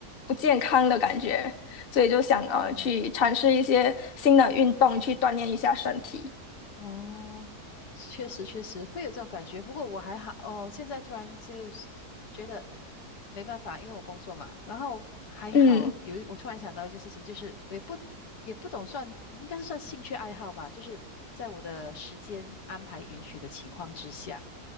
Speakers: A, on the left; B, on the left.
A: 不健康的感觉，所以就想呃去尝试一些新的运动去锻炼一下身体。
B: 哦哦，确实确实会有这种感觉，不过我还好哦。现在突然就是觉得没办法，因为我工作嘛，然后还好有一我突然想到一件事情，
A: 嗯，
B: 就是我也不也不懂算，应该是算兴趣爱好吧，就是在我的时间安排允许的情况之下，